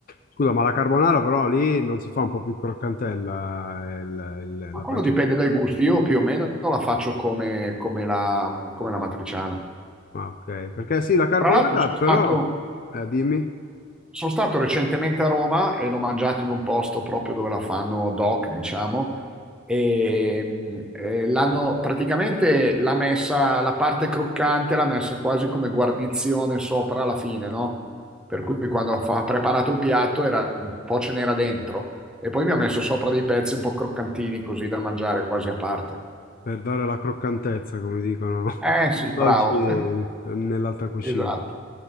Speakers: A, on the left; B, in the centre.
A: Scusa, ma la carbonara però lì non si fa un po' più croccantella eh, il- il-
B: Ma
A: la
B: quello
A: pancetta.
B: dipende dai gusti, io più o meno la faccio come, come la, come la matriciana.
A: Ah, ok. Perché sì, la carbonara
B: Tra l'altro sono
A: però,
B: stato,
A: eh, dimmi,
B: sono stato recentemente a Roma e l'ho mangiato in un posto proprio dove la fanno doc, diciamo, e mh, eh, l'hanno praticamente l'ha messa la parte croccante, l'ha messa quasi come guarnizione sopra alla fine, no? Per cui quando fa- ha preparato il piatto era, un po' ce n'era dentro e poi mi ha messo sopra dei pezzi un po' croccantini così da mangiare quasi a parte.
A: per dare la croccantezza, come dicono <laughs>
B: Eh sì,
A: oggi
B: bravo. <laughs>
A: nell'alta cucina.
B: Esatto,